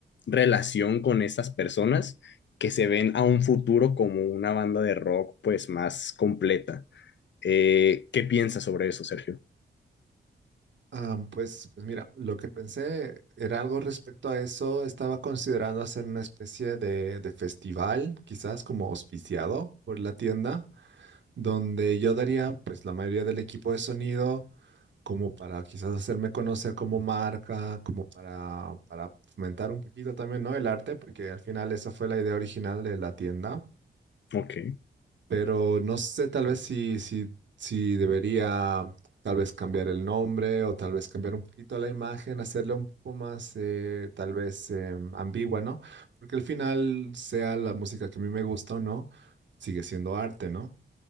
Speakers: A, on the left; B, on the right.
A: relación con estas personas que se ven a un futuro como una banda de rock, pues, más completa. Eh, ¿qué piensas sobre eso, Sergio?
B: Ah, pues, pues mira, lo que pensé era algo respecto a eso. Estaba considerando hacer una especie de, de festival, quizás como auspiciado por la tienda, donde yo daría pues la mayoría del equipo de sonido como para quizás hacerme conocer como marca, como para, para fomentar un poquito también, ¿no? El arte, porque al final esa fue la idea original de la tienda
A: Ok,
B: pero no sé tal vez si, si, si debería tal vez cambiar el nombre o tal vez cambiar un poquito la imagen, hacerla un poco más eh, tal vez eh, ambigua, ¿no? Porque al final, sea la música que a mí me gusta o no, sigue siendo arte, ¿no?